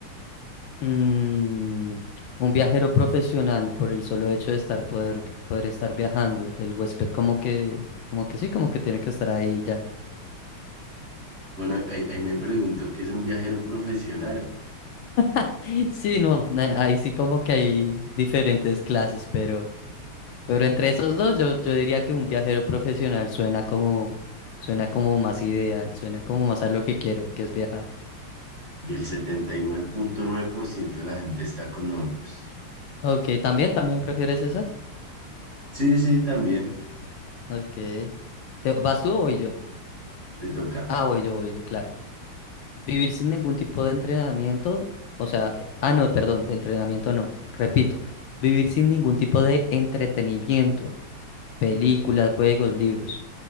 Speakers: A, on the left; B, on the right.
A: Mm, un viajero profesional por el solo hecho de estar poder, poder estar viajando. El huésped como que, como que sí, como que tiene que estar ahí ya.
B: Bueno, ahí, ahí me pregunto qué es un viajero profesional
A: <laughs> Sí, no, na- ahí sí como que hay diferentes clases, pero, pero entre esos dos yo, yo diría que un viajero profesional suena como, suena como más ideal, suena como más a lo que quiero, que es viajar.
B: y el 79.9% de la gente está con nosotros.
A: Ok, ¿también, también prefieres esa?
B: Sí, sí, también
A: Ok. ¿Te- ¿Vas tú o voy yo?
B: te toca.
A: Ah, voy yo, voy yo, claro. Vivir sin ningún tipo de entrenamiento, o sea, eh, ah, no, perdón, de entrenamiento no, repito, vivir sin ningún tipo de entretenimiento, películas, juegos, libros,